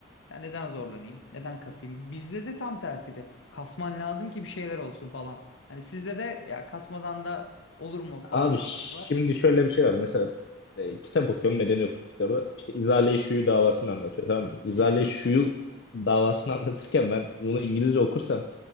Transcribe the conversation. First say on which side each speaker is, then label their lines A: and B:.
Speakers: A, on the left (about 75°); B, on the left (about 60°).
A: Ya neden zorlanayım? Neden kasayım? Bizde de tam tersi de. Kasman lazım ki bir şeyler olsun falan. Hani sizde de ya kasmadan da olur mu falan
B: Abi
A: kafası
B: şimdi
A: var.
B: şöyle bir şey var. Mesela e, kitap okuyorum. Medeni hukuk kitabı. İşte İzale-i Şuyu davasını anlatıyor. Tamam mı? İzale-i
A: Hı hı.
B: Şuyu davasını <laughs> anlatırken ben bunu İngilizce okursam